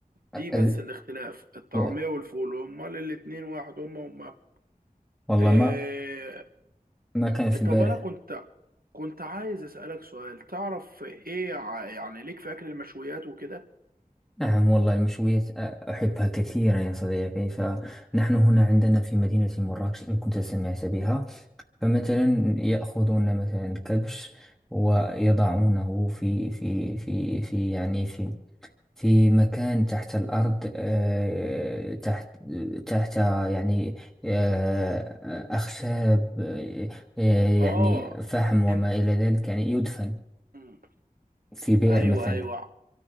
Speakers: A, on the right; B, in the centre.
A: دي بس
B: ال-
A: الاختلاف الطعمية
B: و-
A: والفول هما الاتنين واحد هما هما
B: والله
A: آه
B: ما ما كان في بالي
A: طب أنا كنت كنت عايز أسألك سؤال تعرف إيه ع- يعني ليك في أكل المشويات وكده؟
B: نعم والله المشويات آه، أحبها كثيرا يا صديقي فنحن هنا عندنا في مدينة مراكش إن كنت سمعت بها فمثلا يأخذون مثلا كبش ويضعونه في في في في يعني في في مكان تحت الأرض آه، تحت تحت يعني آه، أخشاب آه، آه، يعني
A: آه
B: فحم وما
A: أنت
B: إلى ذلك يعني يدفن
A: مم.
B: في بئر
A: ايوه
B: مثلا
A: ايوه